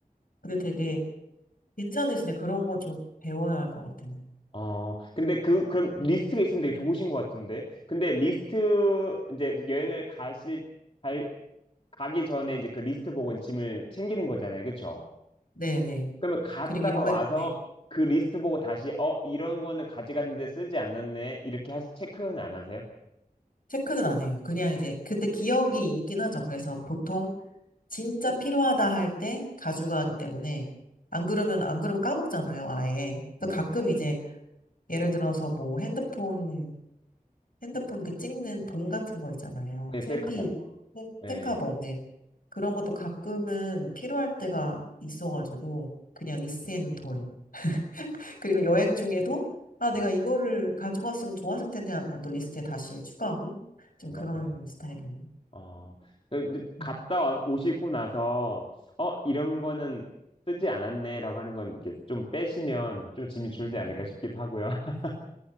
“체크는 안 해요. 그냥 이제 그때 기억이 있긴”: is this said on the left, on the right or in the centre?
Left